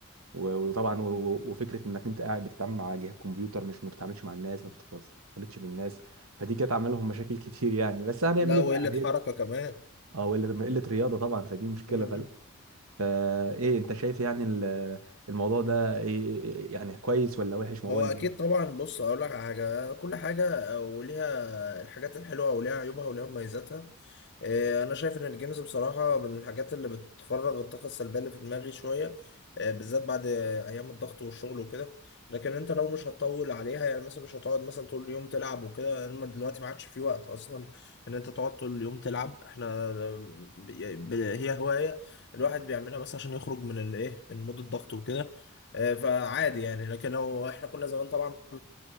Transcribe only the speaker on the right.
و... وطبعا و... و- وفكره انك انت قاعد بتتعامل مع جهاز كمبيوتر مش ما بتتعاملش مع الناس ما بتختلطش بالناس فدي كانت عامله لهم مشاكل كتير يعني بس هنعمل
ايه
بقى هي
اه وقله قلة رياضه طبعا فدي مشكله
فال... فايه انت شايف يعني ال- الموضوع ده إيه... إيه- إيه، يعني كويس ولا وحش موضوع
الجيم